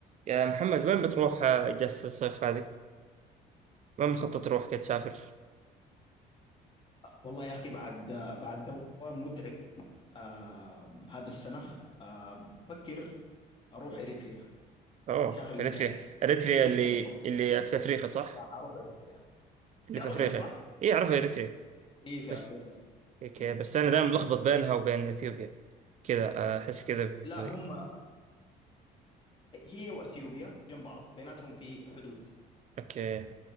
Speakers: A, on the right; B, on the left.
A: يا محمد وين بتروح آه، اجازة الصيف هذه؟ وين مخطط تروح كي تسافر؟
B: والله يا أخي بعد بعد دوام متعب آه هذا السنة آه بفكر أروح إريتريا
A: اوه
B: الشهر اللي
A: اريتريا
B: جاي
A: اريتريا
B: عندي
A: اللي
B: إجازة طبعا
A: اللي
B: الشهر اللي
A: في
B: جاي
A: افريقيا صح؟
B: راح أروح إريتريا
A: اللي
B: تعرف
A: في افريقيا
B: أنت صح؟
A: اي اعرفها اريتريا
B: إيه في
A: بس
B: أفريقيا
A: اوكي
B: إيه
A: بس انا دائما ملخبط بينها وبين اثيوبيا كذا آه، احس كذا ب-
B: لا
A: ب-
B: هم هي وأثيوبيا جنب بعض بيناتهم في حدود
A: اوكي